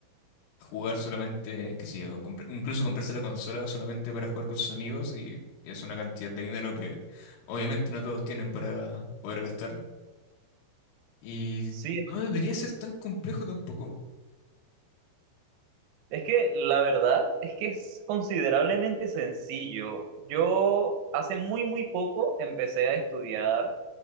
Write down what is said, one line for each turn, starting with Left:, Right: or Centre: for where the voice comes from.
Left: jugar solamente, qué sé yo, compr- incluso comprarse la consola solamente para jugar con sus amigos y y es una cantidad de dinero que obviamente no todos tienen para poder gastar. Y
Right: Sí,
Left: no debería ser tan complejo tampoco,
Right: Es que la verdad es que es considerablemente sencillo. Yo hace muy, muy poco empecé a estudiar